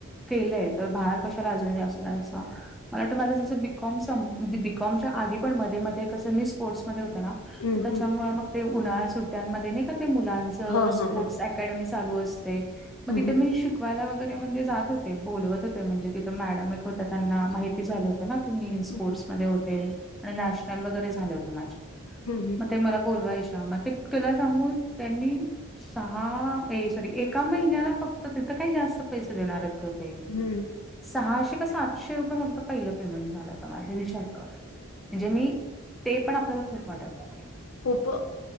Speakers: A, in the centre; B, on the left.
A: केलंय, तर बाहेर कशाला आजून जास्त जायचं. मला वाटतं माझं जसं बीकॉम संप, बीकॉमच्या आधी पण मध्ये मध्ये कसं मी स्पोर्ट्स मध्ये होते ना?
B: हम्म
A: त्याच्यामुळे
B: हम्म
A: मग ते उन्हाळ्याच्या सुट्ट्यांमध्ये नाही का ते, मुलांच
B: हा हा
A: स्पोर्ट्स
B: हा
A: ऍक्ट अकॅडमी चालू असते, मग
B: हम्म
A: तिथे मी शिकवायला वगैरे म्हणजे जात होते. ते बोलवत होते, म्हणजे तिथं मॅडम एक होत्या त्यांना माहिती झालं होत ना. मी स्पोर्ट्समध्ये
B: हम्म हम्म
A: होते आणि नॅशनल वगैरे झालं होतं माझ.
B: हुं.
A: मग ते मला बोलवायच्या मग ते तुला सांगून त्यांनी सहा ए सॉरी, एका महिन्याला फक्त तिथं काही जास्त पैसे देणार आहेत. ग ते
B: हम्म हम्म.
A: सहाशे का सातशे रुपये फक्त पहिलं पेमेंट झालं होत. माझ विचार कर. म्हणजे मी ते पण, आपल्याला खूप वाटत होतं.
B: खुपअ